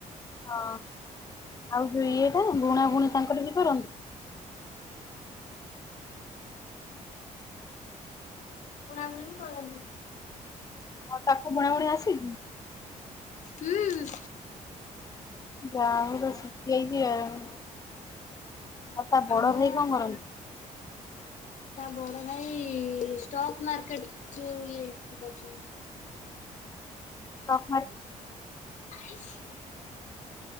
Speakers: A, on the left; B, on the left.
A: ହଁ ଆଉ ଯୋଉ ଇଏଟା ବୁଣାବୁଣି ତାଙ୍କର ବି କରନ୍ତି?
B: ବୁଣାବୁଣି କରନ୍ତି।
A: ଆଉ ତାକୁ ବୁଣାବୁଣି ଆସେ?
B: ହୁଁ।
A: ଯାହା ହଉ ପୁରା ଶିଖିଯାଇଚି ଆଉ ତା ବଡ଼ଭାଇ
B: ଆମ ଗାଁରେ
A: କଣ
B: ସମ
A: କରନ୍ତି?
B: ତା ବଡ଼ ଭାଇ ଷ୍ଟକ୍ ମାର୍କେଟ ଯୋଉ ଇଏ ସେ କରିଛନ୍ତି।
A: ଷ୍ଟକ୍ ମାର୍କେ
B: <unintelligible>